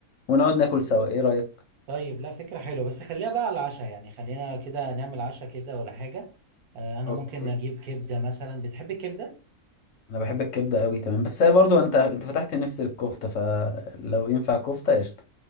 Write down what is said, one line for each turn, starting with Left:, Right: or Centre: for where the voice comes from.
Left: ونقعد ناكل سوا ايه رايك
Right: طيب لا فكرة حلوة بس خليها بقى على العشاء يعني خلينا كده نعمل عشاء كده ولا حاجة آه انا
Left: اوكي
Right: ممكن اجيب كبدة مثلا بتحب الكبدة
Left: انا بحب الكبده قوي تمام بس هي برضو انت انت فتحت نفسي للكفته فلو ينفع كفته قشطه